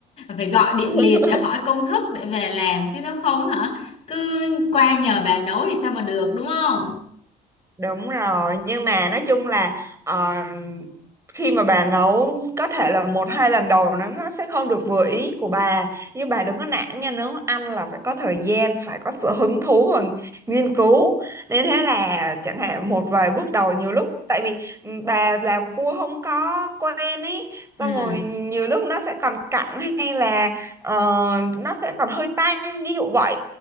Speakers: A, on the left; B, on the right.
A: Phải gọi điện
B: <laughs>
A: liền để hỏi công thức để về làm chứ nếu không hả cứ qua nhờ bà nấu thì sao mà được đúng không?
B: Đúng rồi, nhưng mà nói chung là ờ, khi mà bà nấu có thể là một hai lần đầu nó nó sẽ không được vừa ý của bà, nhưng bà đừng có nản nha, nấu ăn là phải có thời gian, phải có sự hứng thú và nghiên cứu. Nên thế là chẳng hạn một vài bước đầu nhiều lúc tại vì ừ, bà làm cua không có quen ý,
A: Ừ.
B: xong rồi nhiều lúc nó sẽ còn cặn hay là ờ, nó sẽ còn hơi tanh ví dụ vậy